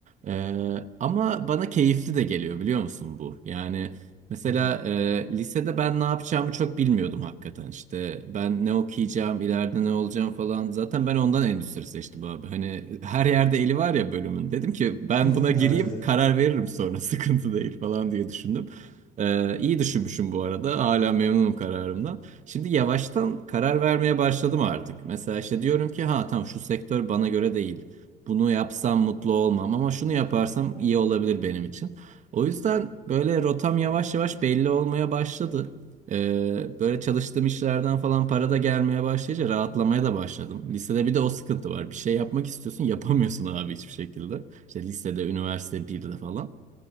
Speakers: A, on the right; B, in the centre.
A: Ee, ama bana keyifli de geliyor biliyor musun bu? Yani Mesela
B: Hı hı.
A: e, lisede ben ne yapacağımı çok bilmiyordum hakikaten işte ben ne okuyacağım ileride ne olacağım falan zaten ben ondan endüstri seçtim abi hani <laughs> her yerde eli var ya bölümün dedim ki ben
B: <laughs>
A: buna gireyim
B: Evet evet.
A: karar veririm sonra <laughs> sıkıntı değil falan diye düşündüm. E, iyi düşünmüşüm bu arada hala memnunum kararımdan. Şimdi yavaştan karar vermeye başladım artık mesela işte diyorum ki ha tamam şu sektör bana göre değil bunu yapsam mutlu olmam ama şunu yaparsam iyi olabilir benim için. O yüzden böyle rotam yavaş yavaş belli olmaya başladı. Ee, böyle çalıştığım işlerden falan para da gelmeye başlayınca rahatlamaya da başladım. Lisede bir de o sıkıntı var. Bir şey yapmak istiyorsun, yapamıyorsun abi hiçbir şekilde. İşte lisede, üniversite birde falan.